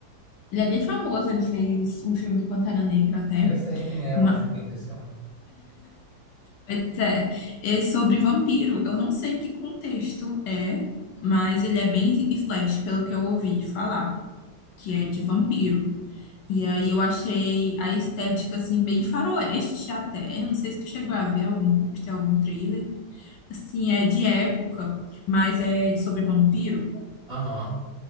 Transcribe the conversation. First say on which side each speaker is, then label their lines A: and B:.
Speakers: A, on the left (about 70°); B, on the right (about 40°).
A: Ele é bem famoso, ele fez um filme do Pantera Negra até.
B: Eu sei quem é, eu
A: ma-
B: acho lindo esse homem.
A: Pois é, é sobre vampiro. Eu não sei em que contexto é, mas ele é bem slash, pelo que eu ouvi falar, que é de vampiro. E aí eu achei a estética, assim, bem faroeste até. Não sei se tu chegou a ver algum pôster, algum trailer. Assim, é de época, mas é de sobre vampiro.
B: Aham.